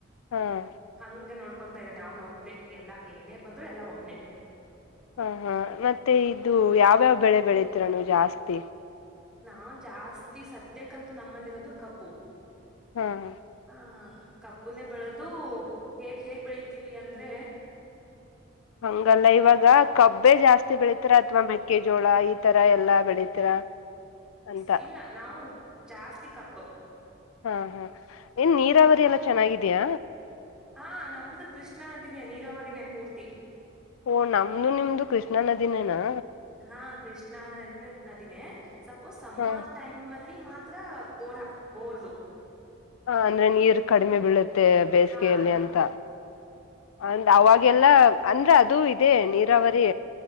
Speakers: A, on the left; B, in the centre.
A: ಹಾ <inaudible>
B: ಹಂಗ ನೋಕೊಂತಾ ಇದ್ದಾನೆ ಅವನ ಒಬ್ನನೆ ಎಲ್ಲಾ ಏನೇ ಬಂದ್ರು ಎಲ್ಲಾ ಒಬ್ನನೆ. <inaudible>
A: ಹ ಹಾ ಮತ್ತೆ ಇದು ಯಾವ್ಯಾವ ಬೆಳೆ ಬೆಳಿತೀರ ನೀವ್ ಜಾಸ್ತಿ. <inaudible>
B: ನಾ ಜಾಸ್ತಿ ಸದ್ಯಕ್ಕಂತೂ ನಮ್ಮಲ್ಲಿ ಇರೋದು ಕಬ್ಬು.
A: ಹ್ಮ್.
B: ಹಾ ಕಬ್ಬುನೇ ಬೆಳದು ಹೇಗ್ ಹೇಗ್ ಬೆಳತಿವಿ ಅಂದ್ರೆ, <inaudible>
A: ಹಂಗಲ್ಲ ಇವಾಗ. ಕಬ್ಬೆ ಜಾಸ್ತಿ ಬೆಳಿತರ ಅಥವಾ ಮೆಕ್ಕೆಜೋಳ ಈ ತರ ಎಲ್ಲಾ ಬೆಳಿತೀರಾ. ಅಂತ
B: ಸ್ ಇಲ್ಲ ನಾವು ಜಾಸ್ತಿ ಕಬ್ಬು.
A: ಹಾ ಹಾ ಏನ್ ನೀರಾವರಿ
B: ಹ್ಮ
A: ಎಲ್ಲಾ ಚೆನ್ನಾಗಿದಿಯ.
B: ಹಾ ನಂಬದ ಕೃಷ್ಣನದಿನೇ ನೀರಾವಾರಿನೇ ಪೂರ್ತಿ.
A: ಓ ನಮ್ದು ನಿಮ್ದು ಕೃಷ್ಣಾ ನದಿನೆನಾ.
B: ಹಾ ಕೃಷ್ಣಾ ನದ ನದಿನೇ. ಸಪೋಸ್ ಸಮ್ಮರ್
A: ಹ
B: ಟೈಮ್ ಅಲ್ಲಿ ಮಾತ್ ತ್ರ ಬೋರ್ ಹಾಕ್ ಬೋರ್ದು
A: ಹ ಅಂದ್ರೆ ನೀರ್ ಕಡಿಮೆ ಬೀಳುತ್ತೆ ಬೇಸಿಗೆಯಲ್ಲಿ
B: ಹಾ
A: ಅಂತ. ಅ ಅವಾಗೆಲ್ಲ ಅಂದ್ರೆ ಅದು ಇದೆ ನೀರಾವರಿ.